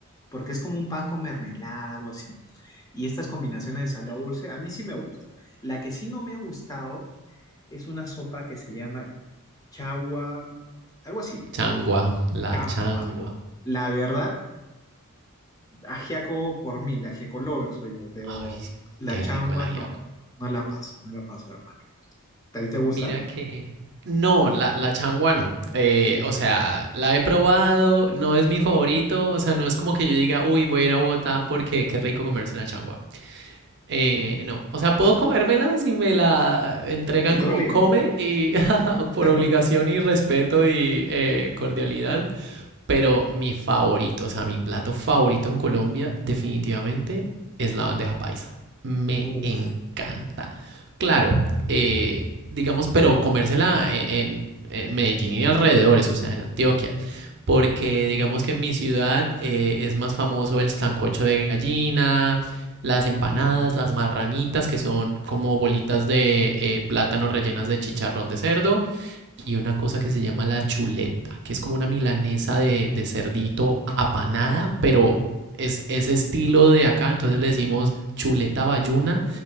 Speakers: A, on the left; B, on the right.
A: porque es como un pan con mermelada, algo así. Y estas combinaciones de salado dulce, a mí sí me gustan. La que sí no me ha gustado es una sopa que se llama chagua, algo así,
B: Changua, la
A: changua.
B: changua.
A: La verdad, ajiaco por mí, la ajiaco lover soy yo, pero
B: Ay,
A: la
B: qué
A: changua
B: rico el ajiaco.
A: no, no la paso, no la paso, hermano. ¿A ti te gusta?
B: Mira que... No, la, la changua no. Eh, o sea, la he probado, no es mi favorito. O sea, no es como que yo diga, uy, voy a ir a Bogotá porque qué rico comerse una changua. Eh, no, o sea, puedo comérmela si me la entregan
A: ¿Y te
B: como
A: obligan?
B: come y <laughs>
A: Okay.
B: por
A: <laughs>
B: obligación y respeto y eh, cordialidad. Pero mi favorito, o sea, mi plato favorito en Colombia definitivamente es la bandeja paisa. Me
A: Uf.
B: encanta. Claro, eh, digamos, pero comérsela e-, en, en Medellín y alrededores, o sea, en Antioquia porque
A: Mm.
B: digamos que en mi ciudad eh, es más famoso el sancocho de gallina, las
A: Mm.
B: empanadas, las marranitas, que son como bolitas de eh, plátano rellenas de chicharrón de cerdo, y una cosa que se llama la chuleta, que es como una milanesa de, de cerdito apanada, pero es ese estilo de acá, entonces le decimos chuleta bayuna.